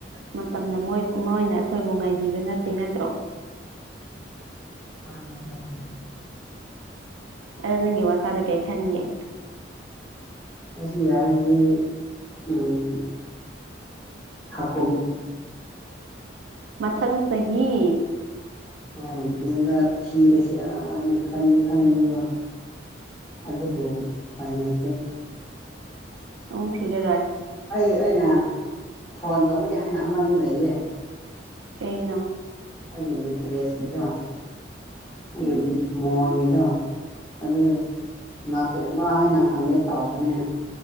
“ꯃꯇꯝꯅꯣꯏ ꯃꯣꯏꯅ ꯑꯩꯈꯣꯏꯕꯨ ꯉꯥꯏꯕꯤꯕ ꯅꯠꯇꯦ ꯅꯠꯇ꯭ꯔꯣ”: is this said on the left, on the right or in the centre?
Right